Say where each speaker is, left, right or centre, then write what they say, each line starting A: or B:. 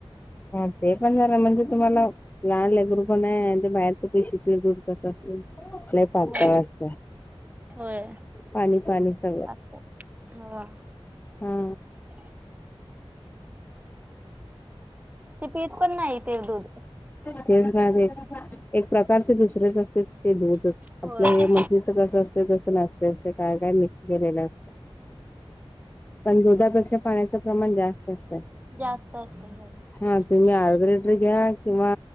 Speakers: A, on the left; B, on the right.
A: चालते पण जरा म्हणजे तुम्हाला लहान लेकरू पण आहे, अन् ते बाहेरच पिशवीतल दूध कसं असत? लेय पातळं
B: होय
A: असते.
B: होय.
A: पाणी -पाणी सगळं.
B: असं हो
A: हा,
B: ते पीत पण नाही ते दूध
A: तेच ना ते एक प्रकारचे दुसरेच असते ते दूधच
B: होय
A: आपलं हे म्हशीच कसं असतय तसं नसते. ते काय काय मिक्स केलेलं असत.
B: <inaudible>
A: पण दुधापेक्षा पाण्याचं प्रमाण जास्त असतं.
B: जास्त असत.
A: हा तुम्ही अर्ध लिटर घ्या किंवा